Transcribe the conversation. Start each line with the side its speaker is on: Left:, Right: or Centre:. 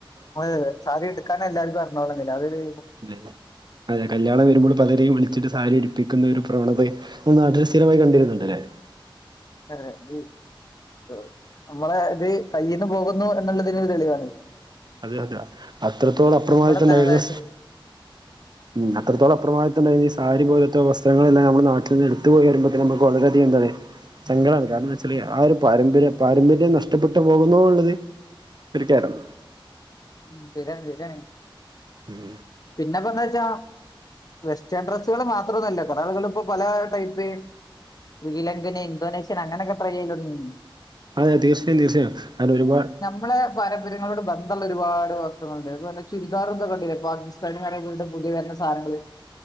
Left: അതെയതെ സാരി ഇട്ക്കാന് എല്ലാർക്കും അറിഞ്ഞോളന്നില്ലാ അത് ഒര്
Right: ഇല്ല അത് <unintelligible> കല്യാണം വരുമ്പോളും പലരേയും വിളിച്ചിട്ട് സാരി ഇടിപ്പിക്കുന്നൊരു പ്രവണതയെ മ്മളെ നാട്ടില് സ്ഥിരമായി കണ്ടിരുന്നുണ്ടല്ലേ
Left: അറിയാ ഇത് ആഹ് അമ്മളെ ഇത് കയ്യിന്ന് പോകുന്നു എന്നുള്ളതിന് തെളിവാണ്
Right: അതെ അതെ അത്രത്തോളം <unintelligible>
Left: നമ്മുടെ
Right: ഇണ്ടായിരുന്നു
Left: തനതായ ശൈലി
Right: ഉം അത്രത്തോളം അപ്രമായിത്തണ്ടേനി ഈ സാരി പോലത്തെ വസ്ത്രളെല്ലാം ഞമ്മളെ നാട്ടിന്ന് ഇട്ത്ത് പോയി പറിയ്മ്പത്തന്നെ ഞമ്മക്ക് വളരെ അധികം എന്താണ് സങ്കടാണ് കാരണെന്താച്ചാല് ആ ഒരു പാരമ്പര്യം പാരമ്പര്യം നഷ്ടപ്പെട്ടു പോകുന്നു ഉള്ളത് ഒരു ഖേദം
Left: ഉം ശരിയാണ് ശരിയാണ്
Right: ഉം
Left: പിന്നെ ഇപ്പെന്താച്ചാ വെസ്റ്റേൺ ഡ്രസ്സ്കള് മാത്രൊന്നല്ല കൊറേ ആളുകള് ഇപ്പോ പലേ ടൈപ്പ് ശ്രീലങ്കന് ഇന്തോനേഷ്യൻ അങ്ങനൊക്കെ ട്രൈയ്യെയ്യലൊടങ്ങി
Right: അതെ തീർച്ചയായും തീർച്ചയായും അങ്ങനെ ഒരുപാ
Left: മ്മളെ പാരമ്പര്യങ്ങളോട് ബന്ധള്ളെ ഒരുപാട് വസ്ത്രങ്ങള്ണ്ട് അതു വല്ല ചുരിദാറും ഇതൊക്കെ കണ്ടില്ലേ പാകി <unintelligible> പുതിയ വെര്ന സാനങ്ങള്